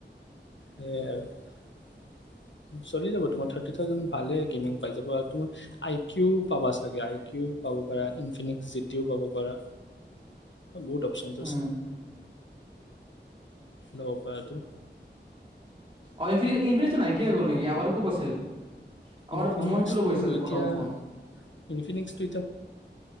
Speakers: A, on the left; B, on the right.
A: সেয়াই আৰু চলি যাব তোমাৰ থাৰ্টি থাউজেণ্ড ভালে গেমিং পাই যাব আৰু তোমাৰ আই কিউ পাবা চাগে আই কিউ পাব পাৰা ইনফিনিকস জিটিও পাব পাৰা। বহুত অপচনছ।
B: উম।
A: লব পাৰা টো।
B: অ ইনফিনিকিশ নাইকিয়া হৈ গ'ল নেকি আগ খুব আছিল আ
A: ইনফিনিক্সটো
B: মই সেইটো
A: এতিয়া
B: প্ৰথম ফোন।
A: ইনফিনিক্সটো